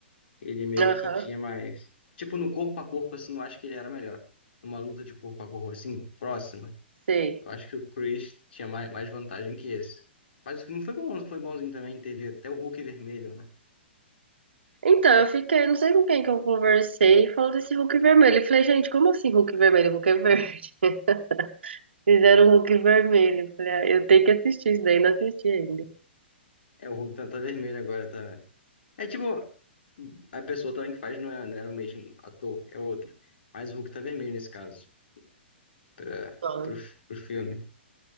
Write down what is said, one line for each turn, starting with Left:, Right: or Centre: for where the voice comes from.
Left: Ele meio
Right: aham,
Left: que tinha mais. Tipo, no corpo a corpo, assim, eu acho que ele era melhor. Numa luta de corpo a corpo, assim, próxima.
Right: sei.
Left: Eu acho que o Chris tinha mais, mais vantagem que esse. Mas o filme foi bom, foi bonzinho também. Teve até o Hulk vermelho, né?
Right: Então, eu fiquei, não sei com quem que eu conversei, falando desse Hulk vermelho. Eu falei, gente, como assim Hulk vermelho? Hulk é verde. <laughs> Fizeram um Hulk vermelho. Eu falei, ah, eu tenho que assistir isso daí, não assisti ainda.
Left: É, o Hulk tá, tá vermelho agora, tá. É tipo, a pessoa também que faz não, é, não era o mesmo ator, é outro. Mas o Hulk tá vermelho nesse caso, pra,
Right: Nossa.
Left: pro, pro filme.